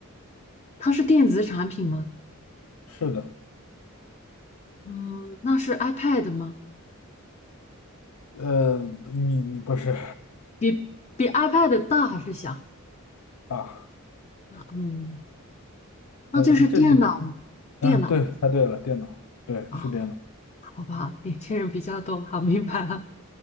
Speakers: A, on the left; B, on the left.
A: 它是电子产品吗？
B: 是的。
A: 嗯，那是 iPad 吗？
B: 呃，你你不是
A: 比比 iPad 大还是小？
B: 啊？
A: 嗯，那就是电脑，
B: 呃，这是
A: 电脑
B: 啊，对，猜对了，电脑，对，
A: 啊，
B: 是电脑。
A: 好不好？年轻人比较多，好，明白了。